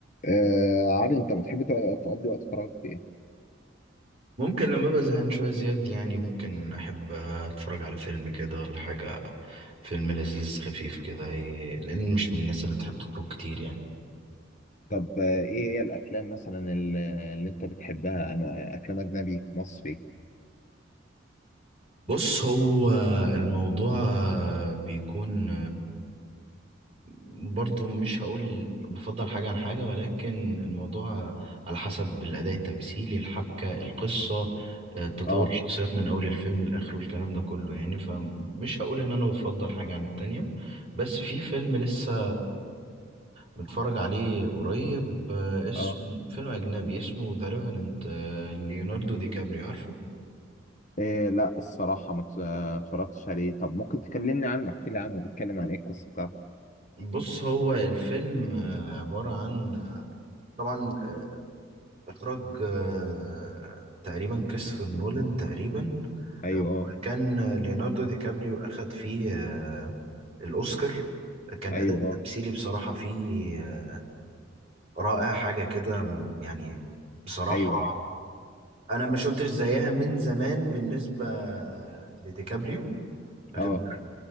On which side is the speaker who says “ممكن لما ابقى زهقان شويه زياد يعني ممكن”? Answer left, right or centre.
Right